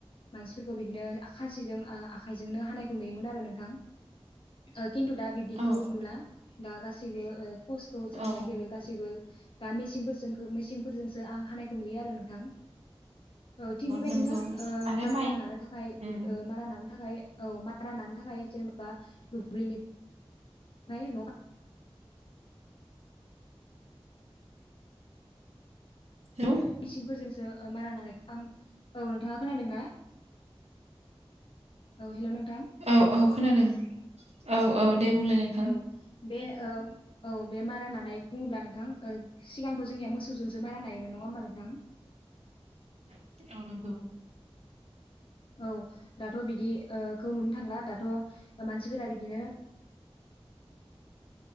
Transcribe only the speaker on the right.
औ
औ
नंगौ आरो
माइ
उम
हेलौ
औ औ खोनादों औ औ दे बुंलाय नोंथां।
औ नंगौ